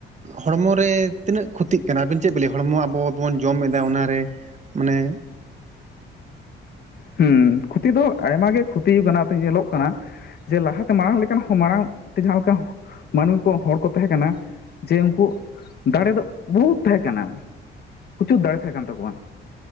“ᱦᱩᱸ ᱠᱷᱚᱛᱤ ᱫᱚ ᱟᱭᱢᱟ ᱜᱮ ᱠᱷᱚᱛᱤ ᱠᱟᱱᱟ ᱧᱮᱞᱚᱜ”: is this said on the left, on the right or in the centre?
Left